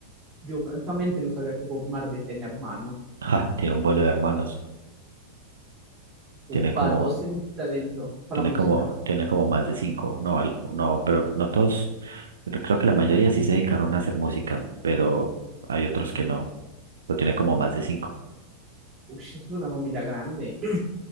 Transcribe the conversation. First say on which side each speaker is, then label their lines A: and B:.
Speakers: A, on the right; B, on the right.
A: Yo francamente no sabía que Bob Marley tenía hermano.
B: Ja, tiene un vuelo de hermanos.
A: Upa,
B: Tiene como
A: todos tienen talento para
B: Tiene
A: la música.
B: como, tiene como más de cinco. No, al- no, pero no todos. pero Creo que la mayoría sí se dedicaron a hacer música, pero hay otros que no. Pero tiene como más de cinco.
A: Uy, es una familia grande.